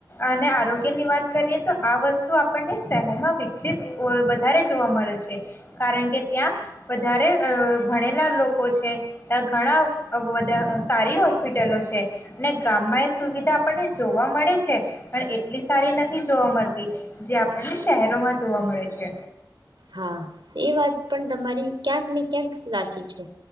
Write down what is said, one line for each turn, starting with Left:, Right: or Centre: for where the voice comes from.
Left: અને આરોગ્ય ની વાત કરીએ. તો આ વસ્તુ આપણને શહેરમાં વિકસિત વ વધારે જોવા મળે છે, કારણ કે ત્યાં વધારે અ ભણેલા લોકો છે. તક ઘણા વધા સારી હોસ્પિટલો છે, અને ગામમાં એ સુવિધા આપણને જોવા મળે છે, પણ એટલી સારી નથી જોવા મળતી. જે આપણને શહેરોમાં જોવા મળે છે.
Right: હા એ વાત પણ તમારી ક્યાંક ને ક્યાંક સાચી છે.